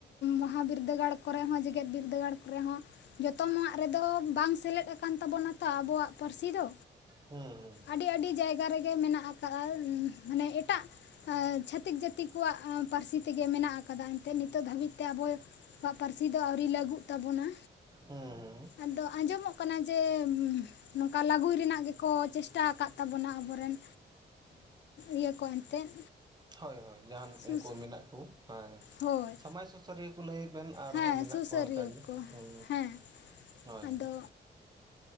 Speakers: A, on the left; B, on the right.
A: ᱢᱚᱦᱟ ᱵᱤᱨᱫᱟᱹᱜᱟᱲ ᱠᱚᱨᱮ ᱦᱚᱸ ᱡᱮᱜᱮᱛ ᱵᱤᱨᱫᱟᱹᱜᱟᱲ ᱠᱚ ᱨᱮᱦᱚᱸ ᱡᱚᱛᱚᱟᱜ ᱨᱮᱫᱚ ᱵᱟᱝ ᱥᱮᱞᱮᱫ ᱟᱠᱟᱱ ᱛᱟᱵᱚᱱᱟᱛᱚ ᱟᱵᱚᱣᱟᱜ ᱯᱟᱹᱨᱥᱤ ᱫᱚ
B: ᱦᱩᱸ ᱦᱩᱸ
A: ᱟᱹᱰᱤ ᱟᱹᱰᱤ ᱡᱟᱭᱜᱟ ᱨᱮᱜᱮ ᱢᱮᱱᱟᱜ ᱟᱠᱟᱟᱜᱼᱟ ᱢᱟᱱᱮ ᱮᱴᱟᱜ ᱪᱷᱟᱛᱤᱠ ᱜᱟᱟᱹᱛᱤ ᱠᱚᱣᱟᱜ ᱯᱟᱹᱨᱥᱤ ᱛᱮᱜᱮ ᱢᱮᱱᱟᱜ ᱟᱠᱟᱫᱟ ᱮᱱᱛᱮᱫ ᱱᱤᱛᱚᱜ ᱫᱷᱟᱹᱵᱤᱡ ᱛᱮ ᱟᱵᱚᱣᱟᱜ ᱯᱟᱹᱨᱥᱤ ᱫᱚ ᱟᱹᱣᱨᱤ ᱞᱟᱹᱜᱩᱜ ᱛᱟᱵᱚᱱᱟ
B: ᱦᱮᱸ ᱦᱮᱸ
A: ᱟᱫᱚ ᱟᱸᱡᱚᱢᱚᱜ ᱠᱟᱱᱟ ᱡᱮ ᱱᱚᱝᱠᱟ ᱞᱟᱹᱜᱩᱭ ᱨᱮᱱᱟᱜ ᱜᱮᱠᱚ ᱪᱮᱥᱴᱟ ᱟᱠᱟᱫ ᱛᱟᱵᱚᱱᱟ ᱟᱵᱚ ᱨᱮᱱ ᱤᱭᱟᱹ ᱠᱚ ᱮᱱᱛᱮᱫ
B: ᱦᱳᱭ ᱦᱳᱭ ᱡᱟᱦᱟᱱ
A: ᱥᱩᱥ
B: ᱩᱱᱠᱩ ᱢᱮᱱᱟᱜ ᱠᱚ ᱦᱮᱸ
A: ᱦᱳᱭ
B: ᱥᱟᱢᱟᱡᱽ ᱥ ᱥᱩᱥᱟᱹᱨᱤᱭᱟᱹ ᱠᱚ ᱞᱟᱹᱭᱮᱫ ᱵᱮᱱ ᱟᱨᱦᱚᱸ
A: ᱦᱮᱸ
B: ᱢᱮᱱᱟᱜ
A: ᱥᱩᱥᱟᱹᱨᱤᱭᱟᱹ
B: ᱠᱚᱣᱟ ᱚᱱᱠᱟᱜ ᱜᱮ
A: ᱠᱚ
B: ᱦᱸ
A: ᱦᱮᱸ
B: ᱦᱳᱭ
A: ᱟᱫᱚ